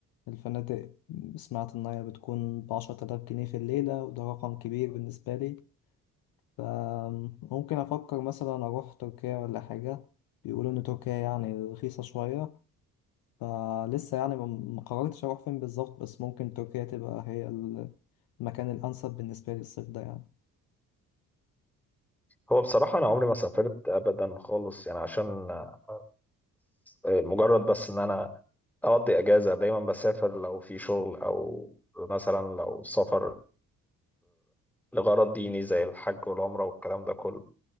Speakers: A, on the left; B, in the centre.
A: الفنادق سمعت إنها بتكون بعشرة آلاف جنيه في الليلة وده رقم كبير بالنسبة لي فممكن أفكر مثلا أروح تركيا ولا حاجة بيقولوا إن تركيا يعني رخيصة شوية فلسه يعني ما ما قررتش أروح فين بالظبط بس ممكن تركيا تبقى هي ال- المكان الأنسب بالنسبة لي الصيف ده يعني
B: هو بصراحه انا عمري ما سافرت ابدا خالص يعني عشان آه، مجرد بس ان انا اقضي اجازه دايما بسافر لو في شغل او مثلا لو سفر لغرض ديني زي الحج والعمره والكلام ده كله